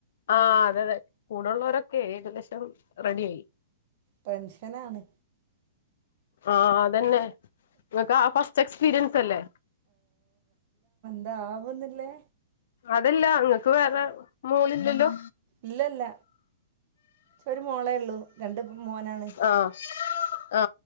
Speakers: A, on the left; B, on the right.
A: ആ അതെതെ കൂടെള്ളോരൊക്കെ ഏകദേശം റെഡി ആയി
B: ടെൻഷനാണ്
A: ആ അതന്നെ ങ്ങക്കാ ഫസ്റ്റ് എക്സ്പീരിയൻസല്ലേ
B: അതാവുന്നില്ലേ
A: അതല്ല ങ്ങക്ക് വേറെ മോളില്ലല്ലോ
B: ഇല്ലല്ല ഒരു മോളേള്ളൂ രണ്ട് മോനാണ്
A: ആ ആ